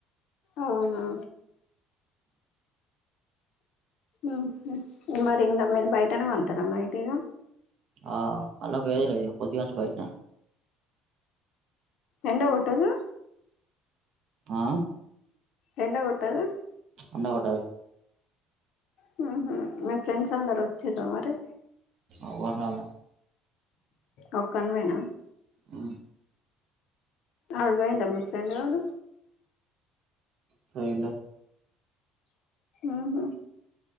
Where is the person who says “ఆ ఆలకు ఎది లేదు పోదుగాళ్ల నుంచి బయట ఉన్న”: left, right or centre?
Right